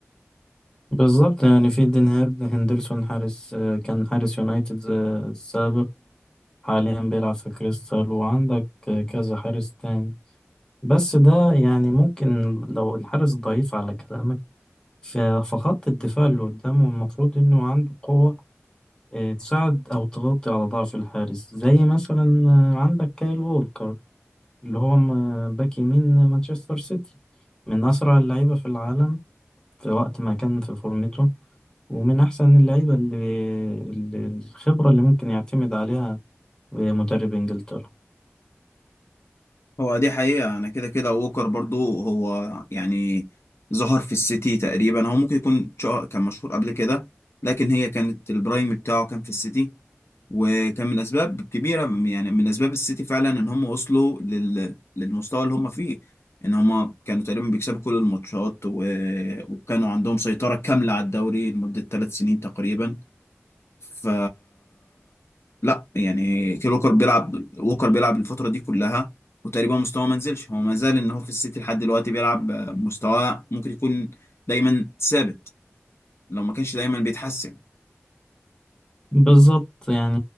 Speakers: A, on the left; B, on the left.
A: بالظبط يعني في دين هيرد هندرسون حارس آه، كان حارس يونايتد آه، السابق حاليا بيلعب في كريستال وعندك آه، كذا حارس تاني بس ده يعني ممكن لو الحارس ضعيف على كلامك ف- فخط الدفاع اللي قدامه المفروض انه عنده قوة آه، تساعد او تغطي على ضعف الحارس زي مثلا آه، عندك كايل وولكر اللي هو م- باك يمين مانشستر سيتي من اسرع اللعيبة في العالم في وقت ما كان في فورمته ومن أحسن اللعيبة اللي اللي- الخبرة اللي ممكن يعتمد عليها مدرب إنجلترا
B: هو دي حقيقة انا كده كده ووكر برضو هو يعني ظهر في السيتي تقريبا هو ممكن يكون شا- كان مشهور قبل كده لكن هي كانت البرايم بتاعه كان في السيتي وكان من اسباب كبيره يعني من اسباب السيتي فعلا ان هم وصلوا لل... للمستوى اللي هم فيه ان هم كانوا تقريبا بيكسبوا كل الماتشات و... وكانوا عندهم سيطره كامله على الدوري لمده ثلاث سنين تقريبا ف لا يعني كيل ووكر بيلعب ووكر بيلعب الفتره دي كلها وتقريبا مستواه ما نزلش هو ما زال ان هو في السيتي لحد دلوقتي بيلعب مستواه ممكن يكون دايما ثابت لو ما كانش دايما بيتحسن
A: بالظبط يعني